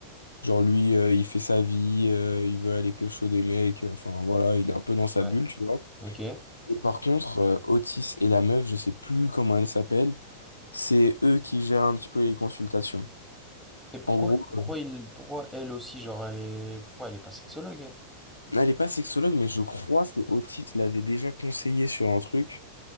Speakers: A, on the left; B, in the centre.
A: Genre, lui, euh, il fait sa vie, euh, il veut aller pécho des mecs. Enfin, voilà, il est un peu dans sa
B: ouais,
A: bulle, tu vois.
B: ok.
A: Et par contre, euh, Otis et la meuf, je sais plus comment elle s'appelle, c'est eux qui gèrent un petit peu les consultations.
B: Et pourquoi,
A: En gros, euh,
B: pourquoi il, pourquoi elle aussi, genre, elle est, pourquoi elle est pas sexologue, elle?
A: elle est pas sexologue, mais je crois que Otis l'avait déjà conseillé sur un truc.